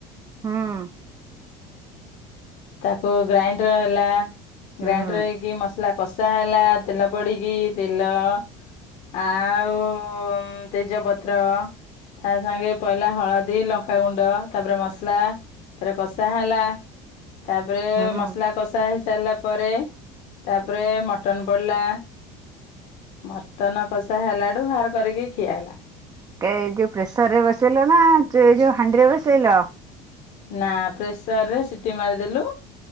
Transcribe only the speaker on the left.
ତାକୁ ଗ୍ରାଇଣ୍ଡର ହେଲା
ଗ୍ରାଇଣ୍ଡର ହେଇକି ମସଲା କଷା ହେଲା ତେଲ ପଡିକି ତେଲ ଆଉ ତେଜପତ୍ର ତା ସାଙ୍ଗେ ପଇଲା ହଳଦୀ ଲଙ୍କାଗୁଣ୍ଡ ତାପରେ ମସଲା ତାରେ କଷା ହେଲା ତାପରେ
ମସଲା କଷା ସାରିଲା ପରେ ତାପରେ ମଟନ ପଡିଲା। ମଟନ କଷା ହେଲାଠୁ ବାହାର କରିକି ଖିଆ ହେଲା।
ନା ପ୍ରେସର ରେ ସିଟି ମାରିଦେଲୁ